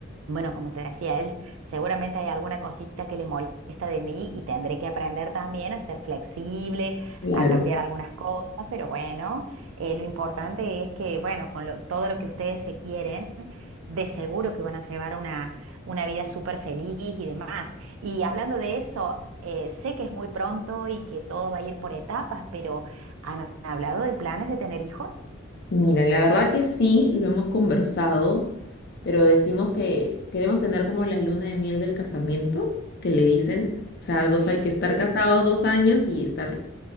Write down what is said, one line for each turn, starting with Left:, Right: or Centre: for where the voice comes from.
Right: bueno, como te decía él, seguramente hay alguna cosita que le molesta de mí y tendré que aprender también a ser flexible,
Left: claro.
Right: a cambiar algunas cosas, pero bueno, eh, lo importante es que, bueno, con lo- todo lo que ustedes se quieren, de seguro que van a llevar una una vida súper feliz y demás. Y hablando de eso, eh, sé que es muy pronto y que todo va a ir por etapas, pero ¿han hablado de planes de tener hijos?
Left: Mira, la verdad que sí, lo hemos conversado, pero decimos que queremos tener como la luna de miel del casamiento, que le dicen, o sea, dos, hay que estar
Right: Sí.
Left: casados dos años y estar